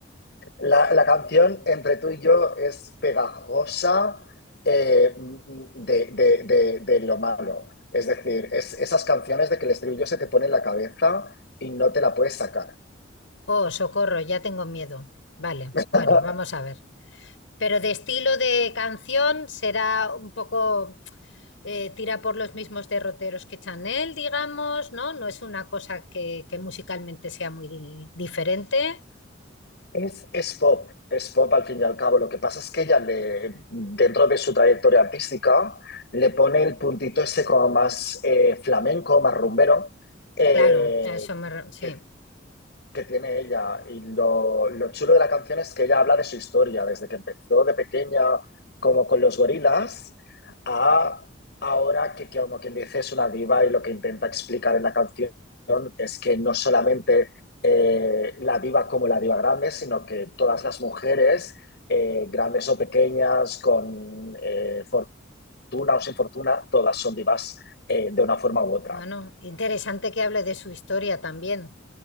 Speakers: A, on the left; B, on the left.
A: La, la canción entre tú y yo es pegajosa eh, de, de- de- de lo malo. Es decir, es esas canciones de que el estribillo se te pone en la cabeza y no te la puedes sacar.
B: Oh, socorro, ya tengo miedo. Vale,
A: <laughs>
B: bueno, vamos a ver. Pero de estilo de canción será un poco eh, tira por los mismos derroteros que Chanel, digamos, ¿no? No es una cosa que, que musicalmente sea muy di- diferente.
A: Es, es pop, es pop al fin y al cabo. Lo que pasa es que ella, le, dentro de su trayectoria artística, le pone el puntito ese como más eh, flamenco, más rumbero, eh,
B: Claro, a eso me... re- Sí.
A: que que tiene ella. Y lo, lo chulo de la canción es que ella habla de su historia, desde que empezó de pequeña como con los gorilas a ahora que, que como quien dice es una diva y lo que intenta explicar en la canción es que no solamente eh, la diva como la diva grande, sino que todas las mujeres, eh, grandes o pequeñas, con eh, fortuna o sin fortuna, todas son divas eh, de una forma u otra.
B: Bueno, interesante que hable de su historia también.